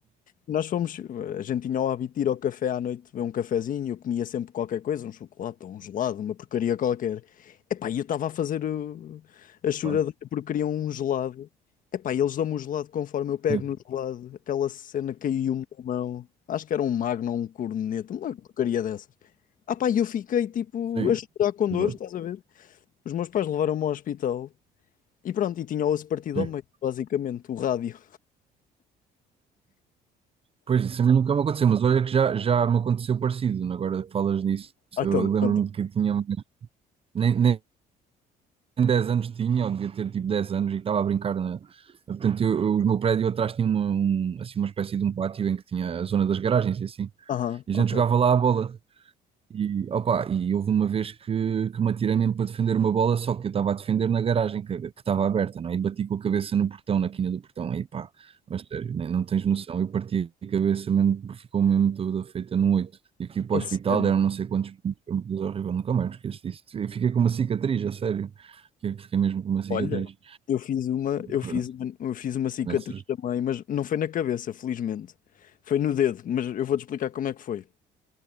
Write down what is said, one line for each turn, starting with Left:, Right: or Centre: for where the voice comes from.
Left: nós fomos, a gente tinha o hábito de ir ao café à noite, beber um cafezinho, eu comia sempre qualquer coisa, um chocolate, ou um gelado, uma porcaria qualquer. Epá, e eu estava a fazer o- a choradeira
Right: claro.
Left: porque queriam um gelado. Epá, e eles dão-me o gelado conforme eu pego
Right: Sim,
Left: no gelado, aquela cena caiu-me na mão. Acho que era um Magno ou um corneto, uma porcaria dessas. Ah pá, e eu fiquei tipo
Right: sim.
Left: a chorar com
Right: Pois,
Left: dores, estás a ver? Os meus pais levaram-me ao hospital e pronto, e tinha o osso partido
Right: sim.
Left: ao meio, basicamente, o rádio.
Right: Pois, isso a mim nunca me aconteceu, mas olha que já, já me aconteceu parecido. né? Agora que falas disso,
Left: Ah,
Right: eu
Left: então,
Right: lembro-me
Left: pronto.
Right: que tinha, nem, nem 10 anos tinha, ou devia ter tipo dez anos, e estava a brincar na. Portanto, eu, eu- o meu prédio atrás tinha uma, um- assim, uma espécie de um pátio em que tinha a zona das garagens e assim.
Left: Aham,
Right: E
Left: ok.
Right: a gente jogava lá a bola. E, opa, e houve uma vez que, que me atirei mesmo para defender uma bola, só que eu estava a defender na garagem que que estava aberta, não é? E bati com a cabeça no portão, na quina do portão, aí pá, mas sério, nem, não tens noção. Eu parti a cabeça mesmo, ficou mesmo toda feita num oito. e que para
Left: A
Right: o hospital,
Left: sério.
Right: deram não sei quantos pontos, foi uma coisa horrível, nunca mais me esqueço disso. Eu fiquei com uma cicatriz, a sério. Fiquei fiquei mesmo com uma cicatriz.
Left: Olha, eu fiz uma, eu
Right: Pronto,
Left: fiz uma, eu fiz uma cicatriz
Right: nessas-
Left: também, mas não foi na cabeça, felizmente. Foi no dedo, mas eu vou-te explicar como é que foi.